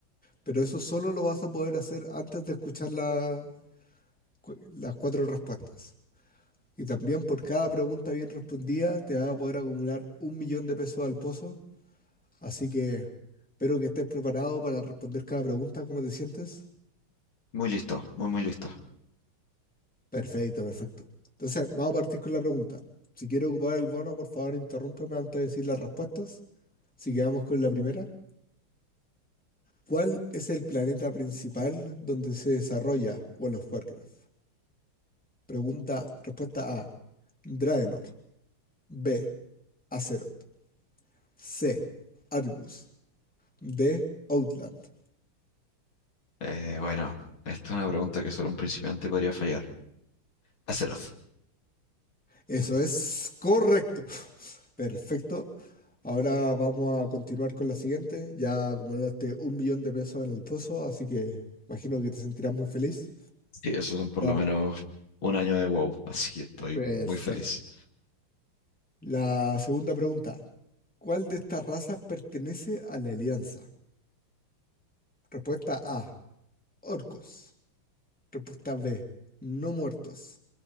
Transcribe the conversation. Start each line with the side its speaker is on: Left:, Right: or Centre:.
Centre: Pero eso solo lo vas a poder hacer antes de escuchar la- cu- las cuatro respuestas. Y también por cada pregunta bien respondida te vas a poder acumular un millón de pesos al pozo. Así que espero que estés preparado para responder cada pregunta. ¿Cómo te sientes?
Left: Muy listo, muy, muy listo.
Centre: Perfecto, perfecto. Entonces, vamos a partir con la pregunta. Si quiero ocupar el bono, por favor, interrúmpeme antes de decir las respuestas. Así que vamos con la primera. ¿Cuál es el planeta principal donde se desarrolla World of Warcraft? Pregunta, respuesta A, Draenor. B, Azeroth. C. Argus. D. Outland.
Left: Eh, bueno, esta es una pregunta que solo un principiante podría fallar. Azeroth.
Centre: Eso es correcto. <laughs> Perfecto. Ahora vamos a continuar con la siguiente. Ya acumulaste un millón de pesos en el pozo, así que imagino que te sentirás muy feliz.
Left: Sí, esos son por
Centre: Ya,
Left: lo menos un año de WoW, así que estoy
Centre: Perfecto.
Left: muy feliz.
Centre: La segunda pregunta. ¿Cuál de estas razas pertenece a la Alianza? Respuesta A. Orcos. Respuesta B. No muertos.